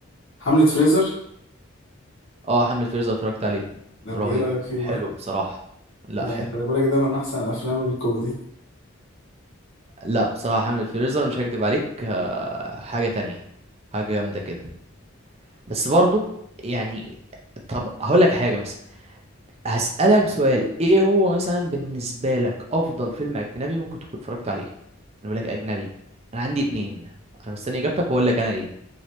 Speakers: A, on the left (about 65°); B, on the right (about 30°).
A: حملة فريزر
B: اه حملة فريزر اتفرجت عليه
A: طب
B: رهيب
A: ايه رأيك فيه
B: حلو
A: بقى
B: بصراحة لا
A: يعني
B: حلو
A: خلي بالك ده من احسن الافلام الكوميدي
B: لا بصراحة حملة فريزر مش هكدب عليك آه، حاجة تانية حاجة جامدة كده بس برضو يعني طب هقول لك حاجة مثلا هسألك سؤال ايه هو مثلا بالنسبة لك افضل فيلم اجنبي ممكن تكون اتفرجت عليه انا بقول لك اجنبي انا عندي اتنين انا مستني اجابتك واقول لك انا ايه